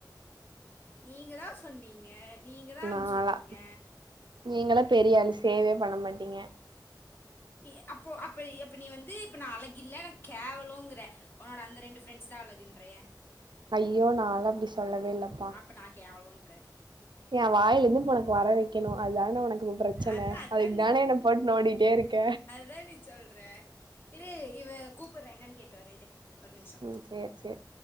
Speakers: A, on the left (about 25°); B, on the right (about 85°).
A: நீங்க தா சொன்னீங்க நீங்க தா அனுப்ச்சு
B: நால்லா
A: விட்டீங்க
B: நீங்களா பெரியாள் சேவே பண்ண மாட்டீங்க
A: நீ அப்போ அப்ப எப்ப நீ வந்து இப்ப நா அழகில்ல நா கேவலோங்குற ஒன்னோட அந்த ரெண்டு ஃப்ரெண்ட்ஸ் தா அழகுன்றியா
B: ஐயோ நால்லா அப்டி சொல்லவே இல்லப்பா
A: இப்ப நா கேவலோன்ற
B: ஏ வாய்லிந்து இப்போ ஒனக்கு வர வெக்கணு அதான ஒன க்கு ப்ரச்சன
A: அதா அதா
B: அதுக் தான என்ன போட்டு நோன்டிட்டே இருக்க
A: த நீ சொல்ற இரு இவ கூப்புர்ரா என்னன் கேட்டுவரே இரு ஒரு நிமிஷோ
B: ம் சேர் சேர்